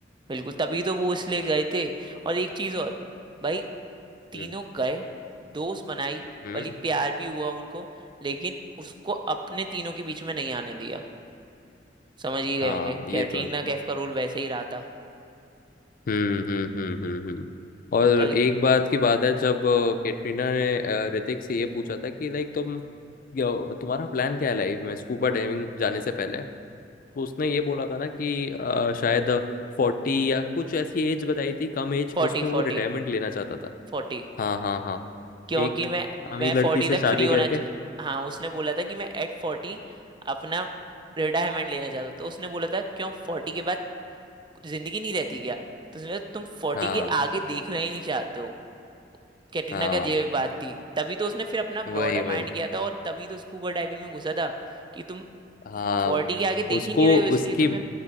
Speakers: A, on the right; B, on the left.
A: बिल्कुल तभी तो वो इसलिए गए थे और एक चीज और भाई तीनों
B: हम्म
A: गए दोस्त बनाई
B: हम्म
A: भली प्यार भी हुआ उनको लेकिन उसको अपने तीनों के बीच में नहीं आने दिया समझ ही गए
B: हाँ
A: होंगे
B: ये
A: कैटरीना
B: तो है
A: कैफ का रोल वैसे ही रहा था
B: हम्म हम्म हम्म हम्म हम्म
A: कि
B: और
A: कल
B: एक बात की बात है जब अ, कैटरीना ने अ, ऋतिक से ये पूछा था कि लाइक तुम क्या- तुम्हारा प्लान क्या है लाइफ में स्कूबा डाइविंग जाने से पहले तो उसने ये बोला था ना कि अ, शायद फोर्टी या कुछ ऐसी एज बताई थी कम एज
A: फोर्टी
B: उसमें वो
A: फोर्टी
B: रिटायरमेंट लेना चाहता था
A: फोर्टी
B: हाँ हाँ हाँ
A: क्योंकि
B: एक
A: मैं
B: अमीर
A: मैं
B: लड़की
A: फोर्टी
B: से
A: तक
B: शादी
A: फ्री होना
B: करके
A: च- हाँ उसने बोला था कि मैं एट फोर्टी अपना रिटायरमेंट लेना चाहता हूँ तो उसने बोला था क्यों फोर्टी के बाद जिंदगी नहीं रहती क्या तो उसने बोला, तुम फोर्टी
B: हाँ
A: के आगे देखना ही नहीं चाहते हो कैटरीना
B: हाँ
A: का ये बात थी तभी तो उसने फिर अपना ब्रॉडर
B: वही
A: माइंड
B: वही
A: किया था और तभी तो स्कूबा डाइविंग में घुसा था कि तुम
B: हाँ
A: फोर्टी के आगे देख
B: उसको
A: ही नहीं रहे हो इसलिए
B: उसकी
A: तुम्हें